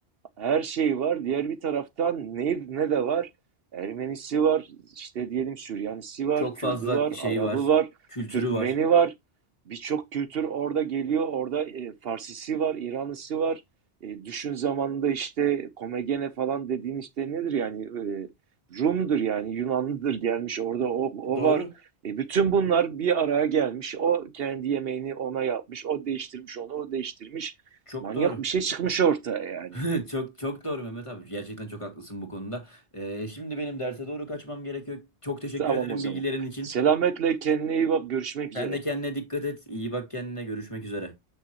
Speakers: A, on the right; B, on the left.
A: her şey var. Diğer bir taraftan ne, ne de var? Ermenisi var, işte diyelim Süryanisi var,
B: Çok
A: Kürdü
B: fazla
A: var,
B: şey
A: Arabı
B: var,
A: var,
B: kültürü
A: Türkmeni
B: var.
A: var. Birçok kültür orada geliyor. Orada e, Farsisi var, İranlısı var. E, düşün zamanında işte Komagene falan dediğin işte nedir yani? E, Rum'dur yani Yunanlıdır gelmiş orada o, o
B: Doğru.
A: var. E, bütün bunlar bir araya gelmiş. O kendi yemeğini ona yapmış, o değiştirmiş onu, o değiştirmiş.
B: Çok
A: Manyak
B: doğru.
A: bir şey çıkmış ortaya yani.
B: <laughs> Çok çok doğru Mehmet abi. Gerçekten çok haklısın bu konuda. Ee, şimdi benim derse doğru kaçmam gerekiyor. Çok teşekkür
A: Tamam
B: ederim
A: o zaman.
B: bilgilerin için.
A: Selametle kendine iyi bak. Görüşmek üzere.
B: Sen de kendine dikkat et. İyi bak kendine. Görüşmek üzere.